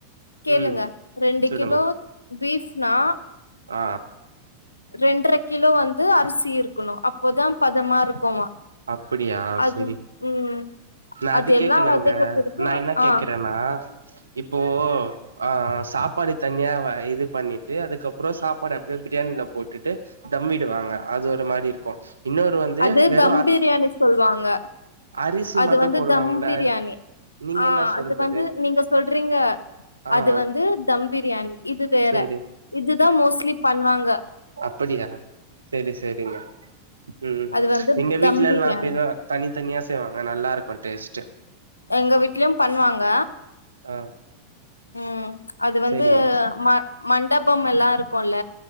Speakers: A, on the left; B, on the right.
A: கேளுங்க
B: ம்
A: ரெண்டு
B: சொல்லுங்க
A: கிலோ பீஃப்னா
B: ஆ
A: ரெண்டர கிலோ வந்து அரிசி இருக்குணு அப்போதாம் பதமா இருக்குமா
B: அப்பிடியா
A: அது
B: செரி
A: ம்
B: நா அது
A: எல்லா
B: கேக்கலங்க
A: வதக்க பிறகு
B: நா என்ன
A: ஆ
B: கேக்கறன்னா இப்
A: <inaudible>
B: போ ஆ சாப்பாடுத் தனியாவ இதுப் பண்ணிட்டு அதுக்கப்றோ சாப்பாடு அப்டியேப் பிரியாணில போட்டுட்டு தம் விடுவாங்க அது ஒரு மாரி இருக்கு இன்னொரு வந்து
A: அது
B: வேர்
A: தம் பிரியாணி சொல்வாங்க
B: அரிசி
A: அது
B: மட்டு
A: வந்து
B: போடுவாங்கள
A: தம் பிரியாணி
B: நீங்க
A: ஆ
B: என்ன சொல்றது
A: அது வந்து நீங்க சொல்றீங்க
B: ஆ
A: அது
B: ஆ
A: வந்து தம் பிரியாணி இது வேற
B: சேரி
A: இதுதாம் மோஸ்ட்லி பண்வாங்க
B: புடியா செரி செரிங்க ம்
A: அது வந்து
B: எங்க வீட்லலா
A: தம் பிரியாணி
B: அப்டிதா தனித்தனியா செய்வாங்க நல்லாருக்கு டேஸ்ட்டு
A: எங்க வீட்லியும் பண்வாங்க
B: ஆ
A: ம் அது வந்து
B: சேரிங்க
A: ம மண்டபம்மெல்லா இருக்குல்ல